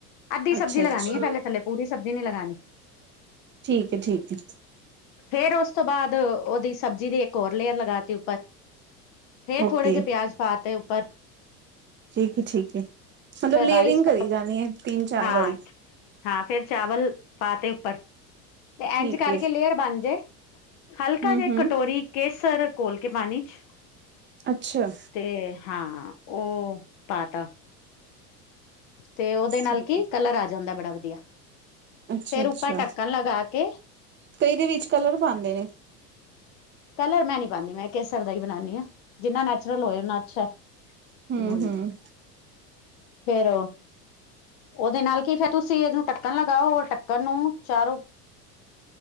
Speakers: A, on the left; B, on the right.
A: ਅੱਧੀ
B: ਅੱਛਾ
A: ਸਬਜ਼ੀ ਲਗਾਣੀ
B: ਅੱਛਾ,
A: ਹੈ ਪਹਿਲੇ ਥੱਲੇ ਪੂਰੀ ਸਬਜ਼ੀ ਨੀ ਲਗਾਣੀ
B: ਠੀਕ ਏ ਠੀਕ ਏ।
A: ਫੇਰ ਉਸ ਤੋਂ ਬਾਅਦ ਉਹਦੀ ਸਬਜ਼ੀ ਦੇ ਕੋਰ ਲੇ ਅਰ ਲਗਾਤੀ ਉੱਪਰ ਫੇਰ
B: ਓਕੇ
A: ਥੋੜੇ ਜਿਹੇ ਪਿਆਜ ਪਾਤੇ ਉੱਪਰ।
B: ਠੀਕ ਏ ਠੀਕ ਏ, ਮਤਲਬ
A: ਫੇਰ
B: ਲੇਅਰਿੰਗ
A: ਰਾਈਸ
B: ਕਰੀ ਜਾਣੀ ਏ ਤਿੰਨ ਚਾਰ
A: ਹਾਂ
B: ਵਾਰੀ।
A: ਹਾਂ ਫੇਰ ਚਾਵਲ ਪਾ ਤੇ ਉੱਪਰ ਤੇ
B: ਠੀਕ
A: ਇੰਜ ਕਰਕੇ
B: ਏ
A: ਲੇਅਰ ਬਣ ਜੇ। ਹਲਕਾ
B: ਹੂੰ
A: ਜਿ
B: ਹੂੰ
A: ਕਟੋਰੀ ਕੇਸਰ ਘੋਲ ਕੇ ਪਾਣੀ ਚ
B: ਅੱਛਾ
A: ਤੇ ਹਾਂ ਉਹ ਪਾ ਤ ਤੇ ਉਹਦੇ ਨਾਲ
B: ਠੀਕ
A: ਕੀ
B: ਏ
A: ਕਲਰ ਆ ਜਾਂਦਾ ਬੜਾ ਵਧੀਆ
B: ਅੱਛਾ
A: ਫੇਰ
B: ਅੱਛਾ
A: ਆਪਾਂ ਢੱਕਣ ਲਗਾ ਕੇ
B: ਕਈ ਦੇ ਵਿੱਚ ਕਲਰ ਪਾਂਦੇ ਨੇ।
A: ਕਲਰ ਮੈਂ ਨਹੀਂ ਪਾਂਦੀ, ਮੈਂ ਕੇਸਰ ਦਾ ਹੀ ਬਣਾਂਦੀ ਆ। ਜਿੰਨਾ ਨੈਚੁਰਲ ਹੋਏ ਓਨਾ ਅੱਛਾ ਐ।
B: ਹੂੰ ਹੂੰ
A: ਫੇਰ, ਉਹਦੇ ਨਾਲ ਕੀ ਫੇ ਤੁਸੀਂ ਇਹਨੂੰ ਢੱਕਣ ਲਗਾਓ ਔਰ ਢੱਕਣ ਨੂੰ ਚਾਰ